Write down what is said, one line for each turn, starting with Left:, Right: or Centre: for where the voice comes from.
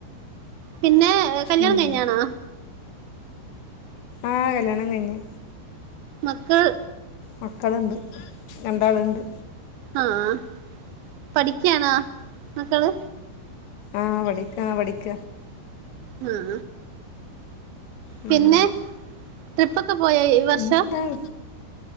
Right: പിന്നെ കല്യാണം
Left: ഉം
Right: കഴിഞ്ഞാണാ
Left: ആഹ കല്യാണം കൈഞ്ഞു
Right: മക്കൾ
Left: മക്കള്ണ്ട് രണ്ടാള്ണ്ട്
Right: ആഹ പഠിക്യാണോ മക്കള്
Left: ആഹ പഠിക്കാ പഠിക്ക
Right: ഉം
Left: ഉം.
Right: പിന്നെ ട്രിപ്പൊക്കെ പോയോ ഈ
Left: പിന്നെന്താണ്
Right: വർഷം